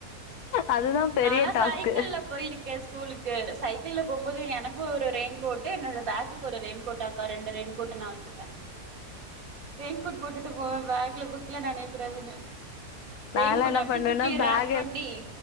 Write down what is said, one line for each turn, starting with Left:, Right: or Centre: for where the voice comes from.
Left: அதுதான் பெரிய
Right: நாலாம்
Left: டாஸ்க்கு.
Right: சைக்கிள்ல போயிருக்கேன் ஸ்கூலுக்கு சைக்கிள்ல போகும்போது எனக்கும் ஒரு ரெயின்க்கோட்டு என்னோட பேக்குக்கு ஒரு ரெயின்க்கோடாக்கா ரெண்டு ரெயின்க் கோட் நான் வச்சுப்பேன் ரெயின்க்கோட் போட்டுட்டு போவேன் பேக்ல புக்ல நெனய்யக்கூடாதுனு
Left: நான்லாம்
Right: ரெயின் கோட்டஅ
Left: என்ன
Right: அப்படி
Left: பண்ணுவேன்னா,
Right: சுத்தி
Left: பேக்க
Right: ராப் பண்ணி